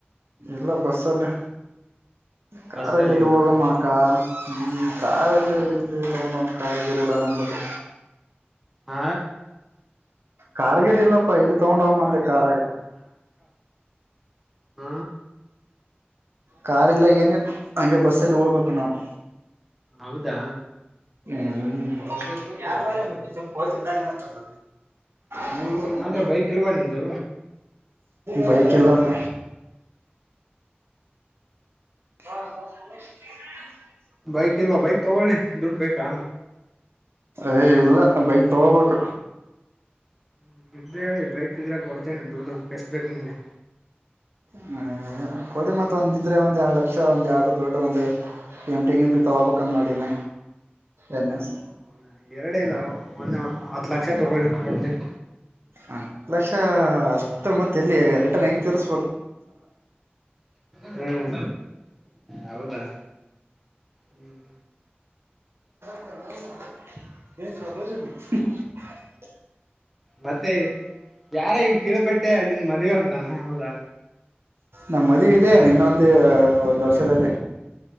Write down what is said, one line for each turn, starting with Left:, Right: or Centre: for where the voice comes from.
Right: ಎಲ್ಲ ಬಸ್ಸಲ್ಲಿ ಕಾರಲ್ಲಿ
Centre: ಬಸ್ಸಲ್ಲಿನಾ
Right: ಎಲ್ಲಿ ಹೋಗಮ್ಮ ಕಾರ್ ಹ್ಮ ಕಾರಲ್ಲಿ ಇಲ್ಲಿ ತಗೊಂಡ ಒಂದು ಕಾರ್ಗೇರಲ್ಲ ನನ್ನಲ್ಲಿ
Centre: ಹ
Right: ಕಾರ್ಗಿರಿ ಇಲ್ಲಪ್ಪಾ ಇಲ್ಲಿ ತಗೊಂಡ ಹಮ್ಮ ಅಂತೆ ಕಾರಾಗ
Centre: ಹ
Right: ಕಾರಾರ್ ಎಲ್ಲ ಈಗೇನ ಹಗೆ ಬಸ್ಸಲ್ಲಿ ಹೋಗ್ಬೇಕು ನಾವವು
Centre: ಹೌದಾ
Right: ಹ್ಮ್ ಯಾರ ಮಾಡ ಮ ಪದಲ್ಲ ನತ ಮ ಹ್ಮ
Centre: ಅಂದ್ರೆ ಬೈಕ್ ಇಲ್ವಾ ನಿಮ್ದು
Right: ಬೈಕ್ ಇಲ್ಲಪ್ಪ ಹ
Centre: ಬೈಕ್ ಇಲ್ವಾ ಬೈಕ್ ತಗೋಳಿ ದುಡ್ಡು ಬೇಕಾ
Right: ಯ ಇಲ್ಲ ಬೈಕ್ ತಗೋಬೇಕು
Centre: ಹ್ಮ ಇದ್ರೆ ಹೇಳಿ ಬರಕ್ದ್ರೆ ಕೊಡ್ತೇನೆ ದುಡ್ಡು ಎಷ್ಟ ಬೇಕ ನಿಮಗೆ
Right: ಹ ಕೊಡಿ ಮತ್ತ ಒಂದ ಇದ್ರೆ ಒಂದ ಎರಡು ಲಕ್ಷ ಒಂದ ಯಾವ್ದೋ ದೊಡ್ಡ ಒಂದು ಎಮಟಿ ಎಮಿ ತಗೋಬೇಕಂದ ಮಾಡಿನ ಎನ್ ಎಸ್
Centre: ಹೌದ ಎರಡ ಇಲ್ಲ ಒಂದ ಹತ್ ಲಕ್ಷ ತಗೋಿ ಕೊಡ್ತೀನಿ
Right: ಹ ಲಕ್ಷ ಅಷ್ಟ ಮತ್ತೆ ಎಲ್ಲಿ ರಿಟರ್ನ್ ಹೆಂಗ ತೀರ್ಸ
Centre: ಹ್ಮ್ ಹೌದಾ ಹ್ಮ್
Right: ತ <unintelligible>
Centre: ಮತ್ತೆ ಯಾರಾಗಿ ಕಿಳ್ಪಟ್ಟೆ ನಿಮ್ ಮದ್ವೆೆ ಅಂತಾನ ಹೌದಾ
Right: ನಮ್ಮ ಮದ್ವೆ ಇದೆ ಇನ್ನೊಂದು ಒಂದ್ ವರ್ಷದಲ್ಲಿ